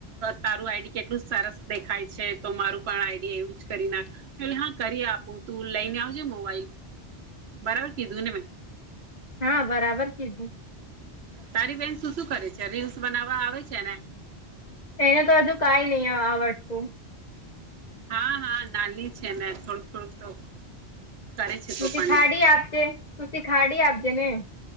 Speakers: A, on the right; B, on the left.
A: તારું આઈડી કેટલું સરસ દેખાય છે તો મારું પણ આઈડી એવું જ કરી નાખ એટલે હા કરી આપું તું લઈને આવજે મોબાઈલ બરાબર કીધું ને મેં
B: હા બરાબર કીધું
A: તારી બેન શું શું કરે છે રીલ્સ બનાવવા આવે છે ને?
B: એને તો હજુ કાંઈ ની આવડતું.
A: હા હા નાલી છે ને થોડુંક થોડુંક તો કરે છે
B: તુસી
A: તો પણને
B: ખાડી આપજે તુસી ખાડી આપ તેને